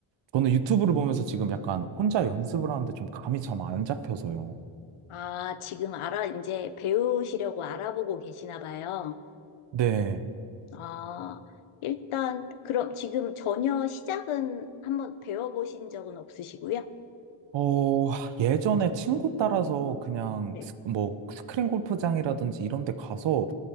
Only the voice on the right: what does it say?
저는 유튜브를 보면서 지금 약간 혼자 연습을 하는데 좀 감이 참 안 잡혀서요.
네.
어, 예전에 친구 따라서 그냥
스- 뭐 스크린 골프장이라든지 이런 데 가서